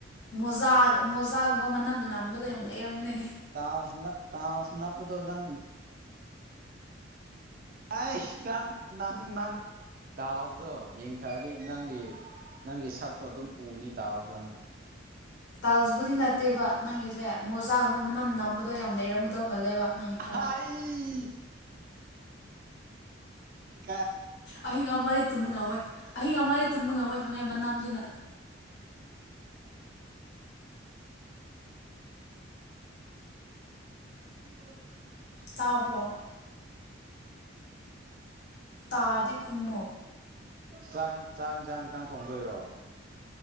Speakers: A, on the left (about 65°); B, on the right (about 45°).
A: ꯃꯣꯖꯥ ꯃꯣꯖꯥꯒꯨꯝꯕ ꯃꯅꯝ ꯅꯝꯕꯗ ꯌꯥꯝ ꯂꯩꯔꯝꯅꯦ
B: ꯇꯥꯅ ꯇꯥ ꯅꯅꯥꯞꯄ ꯇꯣꯅꯪ ꯑꯁ ꯅꯪ ꯅꯪ ꯅꯪ ꯇꯥꯎꯁꯤꯗꯣ ꯌꯦꯡꯊꯔꯔꯤ ꯅꯪꯒꯤ ꯅꯪꯒꯤ ꯁꯛꯇꯣ ꯑꯗꯨꯝ ꯎꯅꯤ ꯇꯥꯎ ꯐꯃꯣ
A: ꯇꯜꯖꯕꯨꯨꯗꯤ ꯅꯠꯇꯦꯕ ꯅꯪꯒꯤꯁꯦ ꯃꯣꯖꯥꯒꯨꯝꯕ ꯃꯅꯝ ꯅꯝꯕꯗꯣ ꯌꯥꯝꯅ ꯂꯩꯔꯝꯒꯗꯧ ꯃꯥꯜꯂꯦꯕ ꯅꯪꯒꯤ ꯀꯥ
B: ꯏ <unintelligible> ꯏꯀꯥꯏꯌꯦ
A: ꯑꯍꯤꯡ ꯉꯃ ꯑꯗꯩ ꯇꯨꯝꯕ ꯉꯝꯃꯣꯏ ꯑꯍꯤꯡ ꯉꯋꯥꯗꯤ ꯇꯨꯝꯕ ꯉꯝꯃꯣꯏ ꯈꯪꯉꯩ ꯃꯅꯝꯗꯨꯅ
B: ꯍ
A: ꯇꯥꯕ꯭ꯔꯣ ꯇꯥꯗꯤ ꯈꯨꯨꯝꯃꯣ
B: ꯆꯥꯡ ꯆꯥꯛ ꯏꯟ ꯆꯥꯡ ꯈꯤꯇꯪ ꯊꯣꯡꯗꯣꯏꯔꯣ